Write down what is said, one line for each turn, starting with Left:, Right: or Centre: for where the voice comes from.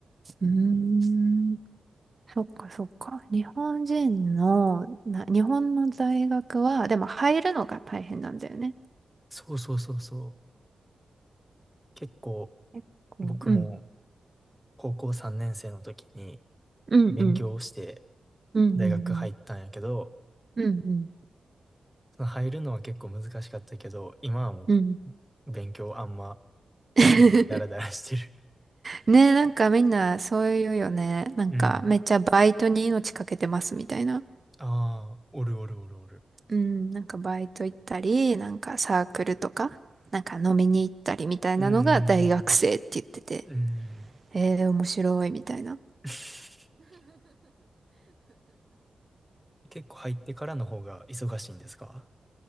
Right: うーん。そっかそっか。日本人の、な、日本の大学は、でも入るのが大変なんだよね。
Centre: そうそうそうそう。結構
Right: 結構、
Centre: 僕も
Right: うん。
Centre: 高校3年生の時に
Right: うんうん。
Centre: 勉強をして
Right: うんう
Centre: 大学入ったんやけど、
Right: んうん。うんうん。
Centre: その入るのは結構難しかったけど、今はも
Right: うん。
Centre: う勉強あんま
Right: <laughs>
Centre: せずにダラダラしてる。
Right: ねえ、なんかみんなそういうよね。なんかめっちゃバイトに命かけてますみたいな。
Centre: うん。ああ、おるおるおるおる。
Right: うん、なんかバイト行ったり、なんかサークルとか、なんか飲みに行ったりみたいなのが大学生って言ってて、
Centre: うーん。うーん。
Right: えー、面白いみたいな。
Centre: <laughs> 結構入ってからの方が忙しいんですか